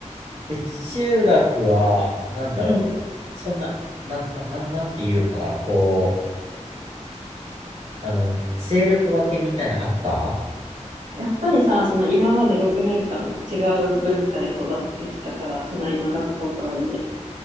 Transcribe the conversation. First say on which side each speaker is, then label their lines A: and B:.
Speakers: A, on the right; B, on the right.
A: え、中学は、なんだろう。
B: うん
A: そんな、な、な、な、なんていうか、こう、あの、勢力分けみたいなのあった
B: やっぱりさ、その今まで6年間違う文化で育ってきたから、隣の学校とはいえ、